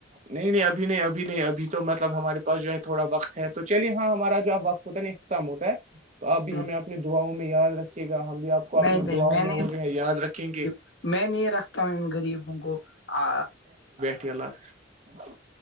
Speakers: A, on the right (about 40°); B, on the left (about 65°).
A: نہیں نہیں ابھی نہیں ابھی نہیں ابھی تو مطلب ہمارے پاس جو ہے تھوڑا وقت ہے تو چلیے ہاں ہمارا جو آب وقت ہوتا ہے نا استم ہوتا ہے تو اپ بھی
B: ہ
A: ہمیں آپ اپنی دعاؤں میں یاد رکے گا ہم بھی آپ کو اپنی
B: نہیں نہیں
A: دعاؤں
B: میں نہیں
A: وہ جو ہے یاد رکھیں گے
B: میں نہیں رکھتا ہوں ان غریبوں کو آ
A: ب اللہ حافظ